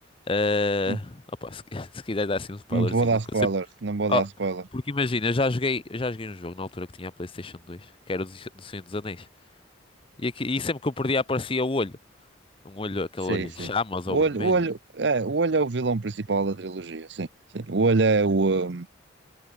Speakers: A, on the left; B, on the right.
A: Ah,
B: Hum,
A: opá, se, <laughs> se quiser dar assim um spoilerzinho,
B: não te vou dar spoiler, não vou dar
A: Ah,
B: spoiler.
A: porque imagina, eu já joguei, eu já joguei um jogo na altura que tinha a PlayStation dois que era o dos- do Senhor dos Anéis. E, aqui, e sempre que eu perdia aparecia o olho. Um olho, aquele
B: Sim,
A: olho em
B: sim.
A: chamas
B: O
A: ou vermelho.
B: olho, o olho, é, o olho é o vilão principal da trilogia, sim, sim. O olho é o. um,